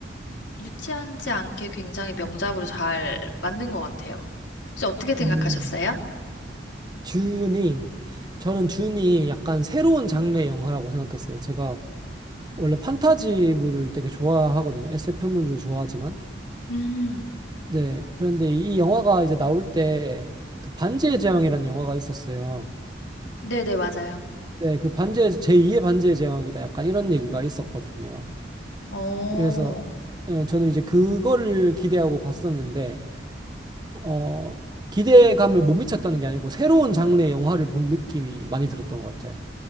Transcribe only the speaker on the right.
음, 준이, 저는 준이 약간 새로운 장르의 영화라고 생각했어요. 제가 원래 판타지물을 되게 좋아하거든요. SF물도 좋아하지만.
네. 그런데 이 영화가 이제 나올 때 그 반지의 제왕이라는 영화가 있었어요.
네. 그 반지의, 제2의 반지의 제왕이다. 약간 이런 얘기가 있었거든요.
그래서 예, 저는 이제 그거를 기대하고 봤었는데, 어, 기대감을 못 미쳤다는 게 아니고 새로운 장르의 영화를 본 느낌이 많이 들었던 것 같아요.